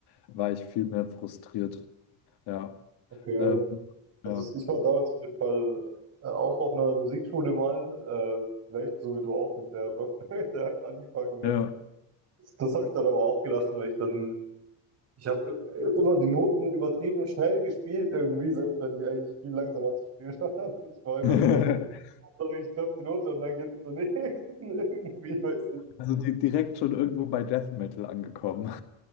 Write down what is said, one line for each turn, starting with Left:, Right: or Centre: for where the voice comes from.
Left: war ich viel mehr frustriert. Ja,
Right: Okay.
Left: ähm,
Right: Also
Left: ja,
Right: ich, ich war damals auf jeden Fall äh, auch auf einer Musikschule mal, äh, vielleicht so wie du auch mit der Blockflöte <laughs> halt angefangen, ne?
Left: ja.
Right: Das, das habe ich dann aber auch gelassen, weil ich dann, ich habe immer die Noten übertrieben schnell gespielt irgendwie, selbst wenn die eigentlich viel langsamer zu spielen waren. <laughs> Ich war immer
Left: <laughs>
Right: so, Hauptsache ich treffe die Note und dann geht's zur nächsten <laughs> irgendwie, weißt du.
Left: Also die, direkt schon irgendwo bei Death Metal angekommen.